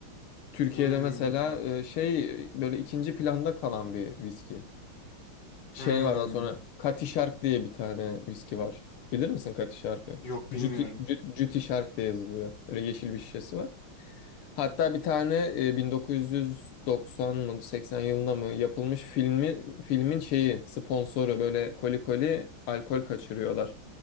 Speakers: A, on the left; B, on the left.
A: Türkiye'de
B: Hmm.
A: mesela e, şey e, böyle ikinci planda kalan bir viski. Şey
B: Hmm.
A: var da sonra Cutty Shark diye bir tane viski var. Bilir misin Cutty Shark'ı?
B: Yok bilmiyorum.
A: Juti, Ju- Juti Shark diye yazılıyor. Böyle yeşil bir şişesi var. Hatta bir tane e, 1990 mı 80 yılında mı yapılmış filmi filmin şeyi sponsoru böyle koli koli alkol kaçırıyorlar